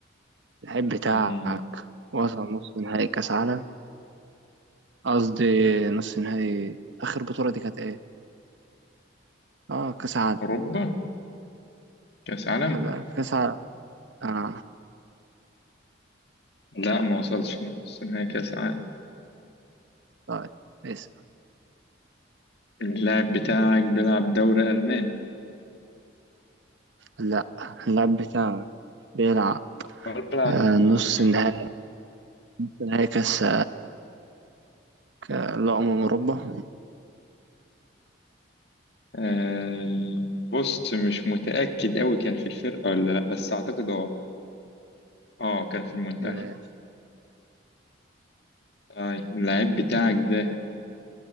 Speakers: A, on the right; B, on the left.
A: اللعيب بتاعك
B: مم.
A: وصل نص نهائي كأس عالم قصدي نص نهائي آخر بطولة دي كانت ايه اه كأس عالم
B: أوروبا؟ كأس عالم؟
A: لا، كأس عالم اه
B: لا ما وصلش بس إن هي كأس عالم
A: طيب اسأل
B: اللاعب بتاعك بيلعب دوري ألماني
A: لا اللعيب بتاعك بيلعب
B: أربعة
A: آه
B: ماشي
A: نص نهائي نهائي كأس ك- لا أمم أوروبا
B: آه بص مش متأكد أوي كان في الفرقة ولا لأ بس أعتقد أه أه كان في المنتخب
A: ماشي.
B: طيب اللاعب بتاعك ده